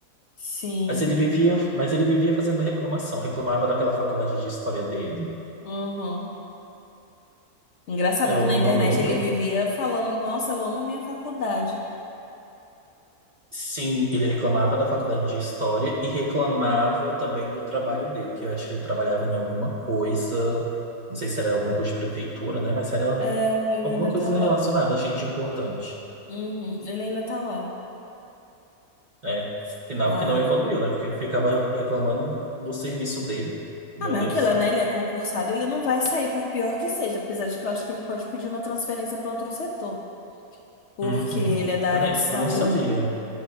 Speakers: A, on the left; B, on the right.
A: Sim.
B: Mas ele vivia, mas ele vivia fazendo reclamação. Reclamava daquela faculdade de história dele.
A: Aham. Engraçado
B: Eu
A: que na internet
B: não lembro.
A: ele vivia falando: Nossa, eu amo minha faculdade.
B: Sim, ele reclamava da faculdade de história e reclamava também do trabalho dele, que eu acho que ele trabalhava em alguma coisa, não sei se era alguma coisa de prefeitura, né? Mas era
A: É, ele
B: alguma
A: ainda
B: coisa
A: tá lá.
B: relacionada a gente importante.
A: Uhum. Ele ainda tá lá.
B: É, sinal
A: Ai.
B: que não evoluiu, né? Porque ficava reclamando do, do serviço dele. Meu
A: Ah, mas
B: Deus
A: aquilo,
B: do céu.
A: né? Ele é concursado, ele não vai sair por pior que seja, apesar de que eu acho que ele pode pedir uma transferência para outro setor. porque
B: Uhum.
A: ele é da
B: Eu
A: área
B: nem,
A: de saúde.
B: eu nem sabia.